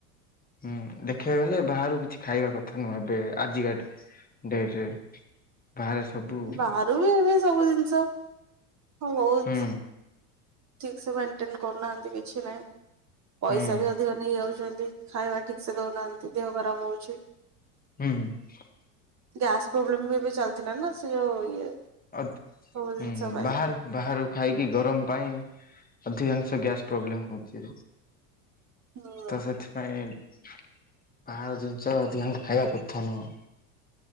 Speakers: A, on the left; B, on the right.
A: ହୁଁ ଦେଖିବାକୁ ଗଲେ ବାହାରୁ କିଛି ଖାଇବା କଥା ନୁହେଁ। ଏବେ ଆଜିକା ଡେ ଡେଟରେ। ବାହାରେ ସବୁ
B: ହଁ
A: ହୁଁ
B: ବାହାରୁ ବି ଏବେ ସବୁ ଜିନିଷ ହ ବହୁ
A: ହୁଁ
B: ଠିକ ସେ ମେଣ୍ଟେନ କରୁନାହାଁନ୍ତି କିଛି ନାହିଁ। ପଇସା
A: ହୁଁ
B: ବି ଅଧିକ ନେଇ ଯାଉଛ ନ୍ତି। ଖାଇବା ଠିକ ସେ ଦଉନାହାଁନ୍ତି ଦେହ ଖରାପ ହଉଛି।
A: ହୁଁ ହୁଁ।
B: ଗ୍ୟାସ ପ୍ରୋବ୍ଲେମ ବି ଏବେ ଚାଲିଥିଲା ନା ସେ ଯୋଉ ଇଏ
A: ଆଉ
B: ସବୁ ଜିନିଷ
A: ହୁଁ
B: ପାଇଁ
A: ବାହାରୁ ବାହାରୁ ଖାଇକି ଗରମ ପାଇଁ ଅଧିକାଂଶ ଗ୍ୟାସ ପ୍ରୋବ୍ଲେମ ହଉଛି।
B: ହୁଁ।
A: ତ ସେଥିପାଇଁ ବାହାର ଜିନିଷ ଅଧିକାଂଶ ଖାଇବା କଥା ନୁହଁ।